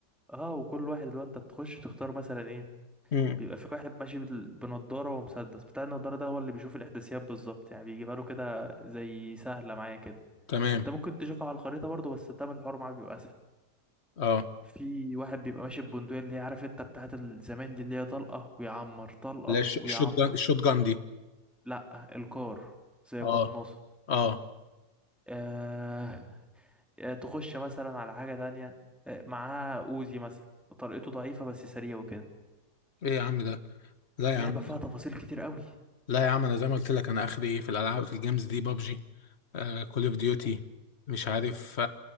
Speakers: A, in the centre; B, on the left.
A: اه وكل واحد اللي هو انت بتخش تختار مثلا ايه
B: امم
A: بيبقى في واحد ماشي بال- بنضاره ومسدس بتاع النضاره ده هو اللي بيشوف الاحداثيات بالظبط يعني بيجيبها له كده زي سهله معايا كده
B: تمام
A: انت ممكن تشوفها على الخريطه برضه بس ده الحوار معاك بيبقى اسهل
B: اه
A: في واحد بيبقى ماشي ببندقيه اللي هي عارف انت بتاعت الزمان دي اللي هي طلقه ويعمر طلقه
B: لا الش-
A: ويعمر
B: الشوت جان الشوت جان دي
A: لا الكار زي قناصه
B: اه اه
A: آه آه، تخش مثلا على حاجه تانية آه، معاه اوزي مثلا طلقته ضعيفه بس سريع وكده
B: ايه يا عم ده لا يا
A: لعبه
B: عم
A: فيها تفاصيل كتير قوي
B: لا يا عم انا زي ما قلت لك انا اخري ايه في الالعاب في الجيمز دي بابجي كول اوف ديوتي مش عارف